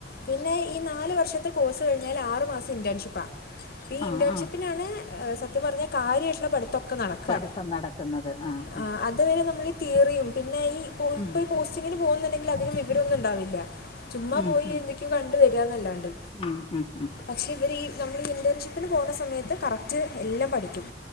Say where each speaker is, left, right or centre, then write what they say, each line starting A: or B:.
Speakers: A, on the left (about 60°); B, on the left (about 30°).
A: പിന്നെ ഈ നാല് വർഷത്തെ കോഴ്സ് കഴിഞ്ഞാൽ ആറു മാസം ഇന്റേൺഷിപ്പാ. ഇപ്പ ഈ
B: ആ ആ
A: ഇന്റേൺഷിപ്പിനാണ്
B: ആ
A: സത്യം പറഞ്ഞ കാര്യായിട്ടുള്ള പഠിത്തം. ക്ക നടക്കാ
B: പഠിത്തം നടക്കുന്നത് ആ
A: ആഹ്
B: ആ
A: അ തുവരെ നമ്മള് തിയറിയും പിന്നെ ഈ പോ ഇപ്പോൾ
B: ഉം
A: പോസ്റ്റിങ്ങിന് പോകുന്നുണ്ടെങ്കിൽ അധികം വിവരമൊന്നും ഉണ്ടാവില്ല. ചുമ്മാ
B: ഉം
A: പോയി
B: ഉം
A: എന്തൊക്ക്യോ കണ്ട് വരാന്നല്ലാണ്ട്.
B: ഉം ഉം ഉം
A: പക്ഷ് ഷെ ഇവര് ഈ നമ്മളീ ഇന്റേൺഷിപ്പിന് പോകുന്ന സമയത്ത് കറക്റ്റ് എല്ലാം പഠിക്കും.